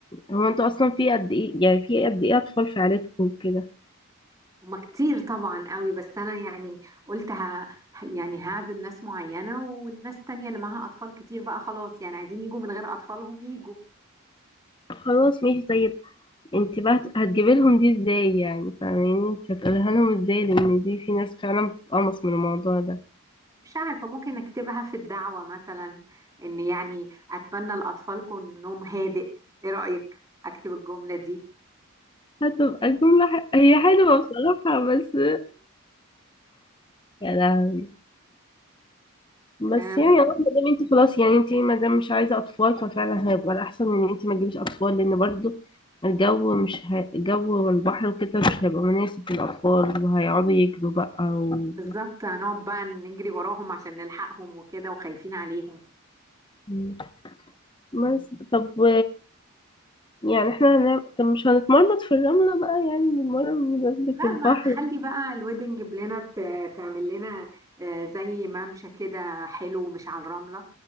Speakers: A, on the left; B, on the right.
A: هو انتوا اصلا في قد ايه يعني في قد ايه اطفال في عيلتكم كده
B: هما كتير طبعا قوي بس انا يعني قلت ه... يعني هعزم ناس معينة والناس تانية اللي معاها اطفال كتير بقى خلاص يعني عايزين يجوا من غير اطفالهم يجوا
A: خلاص ماشي طيب انت بقى هت- هتجيبي لهم دي ازاي يعني فاهماني انت هتقولها لهم ازاي لان دي في ناس فعلا بتتقمص من الموضوع ده
B: مش عارفة ممكن اكتبها في الدعوة مثلا ان يعني اتمنى لاطفالكم نوم هادئ ايه رأيك اكتب الجملة دي
A: هتبقى الجملة ح... هي حلوة بصراحة بس يا لهوي بس
B: آه،
A: يعني اه ما دام انت خلاص يعني انت ما دام مش عايزه اطفال ففعلا هيبقى الاحسن ان انت ما تجيبيش اطفال لان برضو الجو مش هي... الجو والبحر وكده مش هيبقى مناسب للاطفال وهيقعدوا يجروا بقى و...
B: بالظبط هنقعد بقى نجري وراهم عشان نلحقهم وكده وخايفين عليهم
A: و- بس طب و... يعني احنا هن... طب مش هنتمرمط في الرمله بقى يعني بنتمرمط بمناسبة
B: لا
A: البحر
B: ما نخلي بقى الويدنج بلانر ت- تعمل لنا آه، زي ممشى كده حلو مش على الرملة